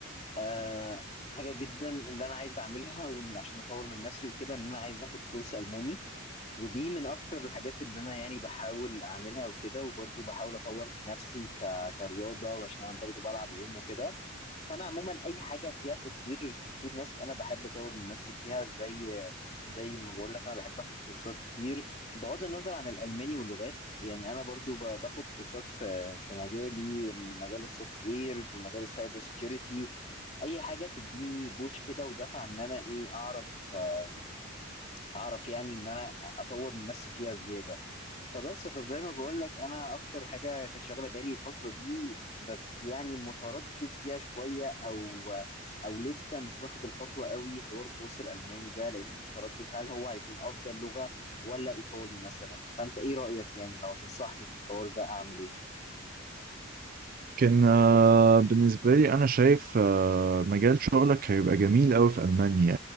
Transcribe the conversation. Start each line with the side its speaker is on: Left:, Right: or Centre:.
Left: آه حاجة جدا اللي أنا عايز أعملها وإن عشان أطور من نفسي وكده إن أنا عايز آخد كورس ألماني ودي من أكتر الحاجات اللي أنا يعني بحاول أعملها وكده وبرضه بحاول أطور في نفسي ك... كرياضة وعشان أنا برضه بلعب جيم وكده فأنا عموما أي حاجة فيها تطوير تطوير نفس أنا بحب أطور من نفسي فيها زي زي ما بقول لك أنا بحب آخد كورسات كتير بغض النظر عن الألماني واللغات يعني انا برضو ب- باخد كورسات في في مجالي مجال السوفت وير مجال السايبر سيكيورتي اي حاجه تديني بوش كده ودفع ان انا ايه اعرف آم، اعرف يعني ان انا اطور من نفسي فيها زياده فبس فزي ما بقول لك انا اكتر حاجه كانت شاغله بالي الفتره دي بس يعني متردد فيها شويه او او لسه مش واخد الخطوه قوي حوار الكورس الالماني ده لاني متردد هل هو هيكون افضل لغه ولا ايطالي مثلا فانت ايه رايك يعني لو هتنصحني في الحوار ده اعمل ايه
Right: كان آه، بالنسبة لي أنا شايف آه، مجال شغلك هيبقى جميل أوي في ألمانيا